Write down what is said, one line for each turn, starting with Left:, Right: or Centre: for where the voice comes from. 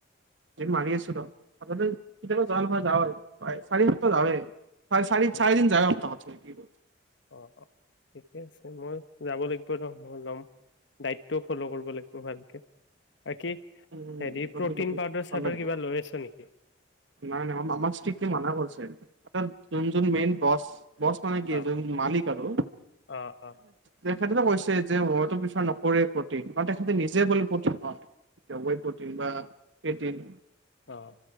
Right: মাৰি আছিলো কেতিযাবা চাৰি যাৱে চাৰে চাৰি
Left: অ',
Right: চাৰি দিন যায় সপ্তাহত কি ব'
Left: অ অ ঠিকে আছে মই যাব লাগিব ৰ মই লম দাইতটোও ফ'ল' কৰিব লাগিব ভালকে বাকী
Right: উম
Left: হেৰি
Right: লবি
Left: প্ৰটিন
Right: লবি
Left: পাউদাৰ
Right: ভাল
Left: চাউদাৰ
Right: লাগিব
Left: কিবা লৈ আছ নেকি
Right: নাই নাই ইচট্ৰিকলি মানা কৰিছে এ অ যোন যোন মেইন বছ বছ মানে কি
Left: অ',
Right: এ য মালিক আৰু
Left: অ', অ',
Right: তেখেতে কৈছে যে মইতো নকৰে প্ৰটিন তেখেতে নিজে বুলি প্ৰটিন নলয় প্ৰটিন বা প্ৰটিন
Left: আহ